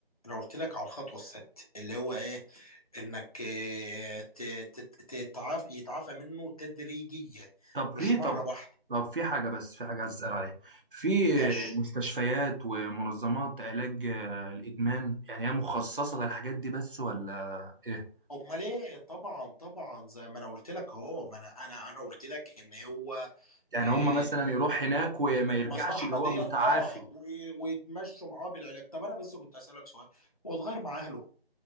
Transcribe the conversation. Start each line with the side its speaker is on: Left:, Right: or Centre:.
Left: انا قلت لك على الخطوه السادسه اللي هو ايه انك آه، ت- ت- تتعاف- يتعافى منه تدريجيا
Right: طب
Left: مش
Right: في
Left: مره
Right: طب
Left: واحده
Right: طب في حاجة بس في حاجة عايز أسأل عليها في
Left: ماشي
Right: مستشفيات ومنظمات علاج آه، الإدمان يعني هي مخصصة للحاجات دي بس ولا إيه؟
Left: امال ايه طبعا طبعا زي ما انا قلت لك اهو ما انا انا انا قلت لك ان هو
Right: يعني
Left: آه،
Right: هم مثلا يروح هناك وما يرجعش
Left: المصحه
Right: اللي هو
Left: ديت
Right: متعافي
Left: اه وي- ويتمشوا معاه بالعلاج طب انا بس كنت اسالك سؤال هو اتغير مع اهله